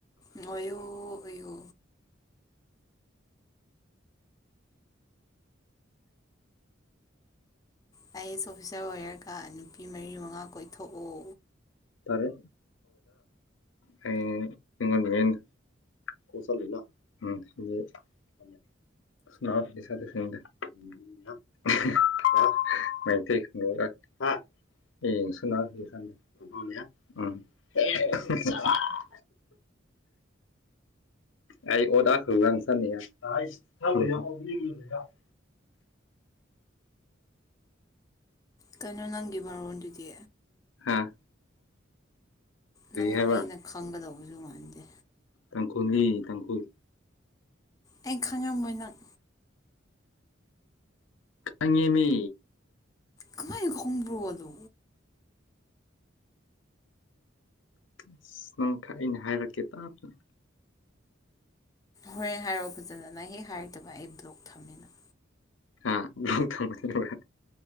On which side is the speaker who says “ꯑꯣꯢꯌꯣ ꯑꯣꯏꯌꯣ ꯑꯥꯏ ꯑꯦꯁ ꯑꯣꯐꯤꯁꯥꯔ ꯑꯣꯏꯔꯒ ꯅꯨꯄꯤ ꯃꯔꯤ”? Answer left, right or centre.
Left